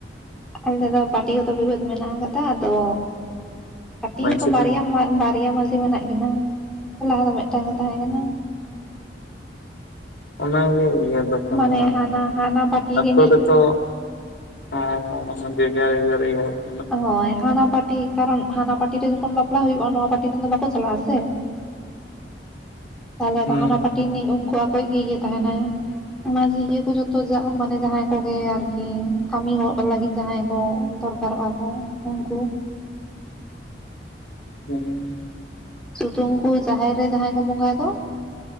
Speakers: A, in the centre; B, on the left (about 85°).
A: ᱟᱞᱮ ᱫᱚ ᱯᱟᱴᱤ ᱜᱚᱸᱛᱚ ᱵᱤᱵᱟᱹᱫ ᱢᱮᱱᱟᱜ ᱟᱠᱟᱫᱟ ᱟᱫᱚ ᱠᱟᱹᱴᱤᱡ
B: ᱢᱟᱺᱡᱷᱤ
A: ᱦᱚᱸ ᱛᱚ ᱵᱟᱨ
B: ᱫᱚ
A: ᱵᱟᱨᱭᱟ ᱢᱟᱹᱡᱷᱤ ᱢᱮᱱᱟᱜ ᱠᱤᱱᱟᱹ ᱞᱟᱦᱟ ᱫᱚ ᱢᱤᱫᱴᱟᱝ ᱜᱮ ᱛᱟᱦᱮᱸ ᱠᱟᱱᱟ᱾
B: ᱚᱱᱟᱜᱮ ᱤᱭᱟᱹ ᱫᱚ ᱠᱟᱱᱟ
A: ᱢᱟᱱᱮ ᱦᱟᱱᱟ ᱦᱟᱱᱟ ᱯᱟᱴᱤ
B: ᱟᱹᱛᱳ
A: ᱨᱤᱱᱤᱡ
B: ᱨᱮᱫᱚ ᱦᱮᱸ ᱦᱮ ᱵᱟᱝ ᱟᱸᱡᱚᱢ ᱴᱷᱤᱠᱟᱹᱜ ᱠᱟᱱᱟ
A: ᱦᱳᱭ ᱦᱟᱱᱟ ᱯᱟᱴᱤ ᱠᱟᱨᱚᱱ ᱦᱟᱱᱟ ᱯᱟᱴᱤ ᱨᱮ ᱡᱚᱠᱷᱚᱱ ᱵᱟᱯᱞᱟ ᱦᱩᱭᱩᱜᱼᱟ ᱱᱚᱣᱟ ᱯᱟᱴᱤ ᱫᱚ ᱵᱟᱠᱚ ᱪᱟᱞᱟᱜ ᱟ ᱥᱮ᱾ ᱛᱟᱦᱚᱞᱮ
B: ᱦᱩᱸ
A: ᱨᱟᱦᱚᱞᱟ ᱯᱟᱴᱤ ᱨᱤᱱᱤᱡ ᱩᱱᱠᱩ ᱟᱠᱚᱭᱤᱡ ᱜᱮ ᱤᱭᱟ ᱛᱟᱦᱮᱱᱟᱭ᱾ ᱢᱟᱡᱮ ᱤᱭᱟᱹ ᱠᱚ ᱡᱚᱛᱚ ᱢᱟᱱᱮ ᱡᱟᱦᱟᱸᱭ ᱠᱚᱜᱮ ᱟᱨᱠᱤ ᱠᱟᱹᱢᱤ ᱦᱚᱲ ᱞᱟᱹᱜᱤᱫ ᱡᱟᱦᱟᱸᱟᱭ ᱠᱚ, ᱫᱚᱨᱠᱟᱨᱚᱜᱼᱟ ᱠᱚ ᱩᱱᱠᱩ᱾
B: ᱦᱮᱸ
A: ᱥᱩᱫᱩ ᱩᱱᱠᱩ ᱡᱟᱦᱮᱨ ᱨᱮ ᱡᱟᱦᱟᱸᱭ ᱠᱚ ᱵᱚᱸᱜᱟᱭ ᱫᱚ